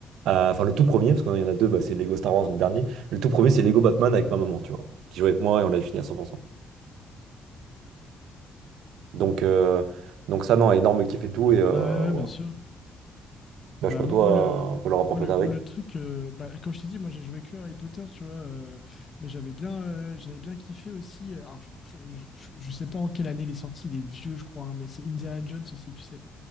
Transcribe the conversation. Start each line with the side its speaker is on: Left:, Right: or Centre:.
Right: euh, enfin, le tout premier, parce qu'il y en a deux, bah, c'est Lego Star Wars, le dernier. Le tout premier, c'est Lego Batman avec ma maman, tu vois, qui jouait avec moi et on l'avait fini à cent. pour cent. Donc, euh, donc ça, non, énorme kiff et tout. Et euh,
Left: Ouais, ouais,
Right: ouais.
Left: bien sûr.
Right: bah,
Left: Bah,
Right: je sais pas,
Left: moi,
Right: toi,
Left: moi, le,
Right: euh, un peu le rapport
Left: moi,
Right: que
Left: le,
Right: t'as
Left: moi,
Right: avec.
Left: le truc, euh, bah, comme je t'ai dit, moi, j'ai joué que à Harry Potter, tu vois, euh, mais j'avais bien, euh, j'avais bien kiffé aussi. euh, Alors, je, je, je- je sais pas en quelle année il est sorti, il est vieux, je crois, hein, mais c'est Indiana Jones aussi, tu sais.